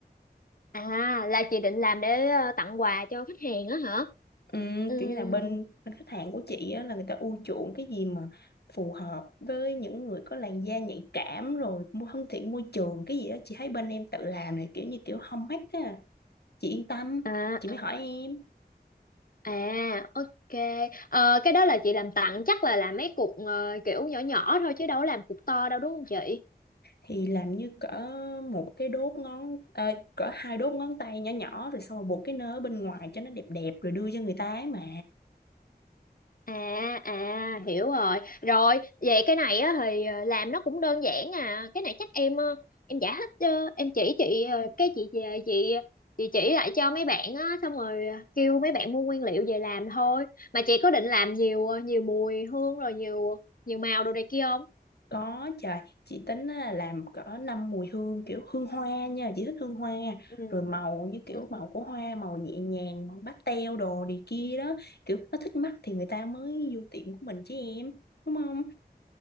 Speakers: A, on the left (about 55°); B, on the left (about 70°).
A: à là chị định làm để ờ, tặng quà cho khách hàng á hả
B: Ừ,
A: Ừm,
B: kiểu như là bên bên khách hàng của chị á, là người ta ưa chuộng cái gì mà phù hợp với những người có làn da nhạy cảm rồi mua thân thiện môi trường cái gì đó chị thấy bên em tự làm này kiểu như kiểu hông hách á chị yên tâm
A: à
B: chị
A: à
B: mới hỏi em
A: à, ok Ờ, cái đó là chị làm tặng chắc là làm mấy cục ờ, kiểu nhỏ nhỏ thôi chứ đâu có làm cục to đâu đúng không chị
B: thì làm như cỡ một cái đốt ngón à, cỡ hai đốt ngón tay nhỏ nhỏ rồi xong rồi buộc cái nơ ở bên ngoài cho nó đẹp đẹp rồi đưa cho người ta ấy mà
A: À à hiểu rồi. Rồi, vậy cái này á thì ờ, làm nó cũng đơn giản à. Cái này chắc em ờ, em giải thích cho em chỉ chị ờ, cái chị về chị chị chỉ lại cho mấy bạn á xong rồi ờ, kêu mấy bạn mua nguyên liệu về làm thôi. Mà chị có định làm nhiều ờ, nhiều mùi hương rồi nhiều nhiều màu đồ này kia không?
B: Có trời, chị tính á, làm cỡ năm mùi hương kiểu hương hoa nha, chị thích hương hoa.
A: Ừ.
B: Rồi màu như kiểu
A: Ừ,
B: màu của hoa, màu nhẹ nhàng, màu pastel đồ này kia đó. Kiểu nó thích mắt thì người ta mới vô tiệm của mình chứ em, đúng không?